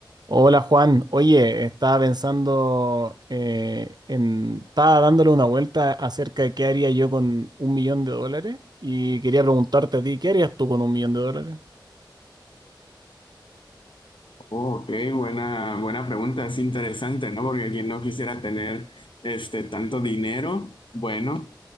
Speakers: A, on the right; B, on the left.
A: Hola Juan, oye, estaba pensando eh, en, estaba dándole una vuelta acerca de qué haría yo con un millón de dólares y quería preguntarte a ti, ¿qué harías tú con un millón de dólares?
B: Ok, buena, buena pregunta, es interesante, ¿no? Porque quien no quisiera tener este tanto dinero, bueno,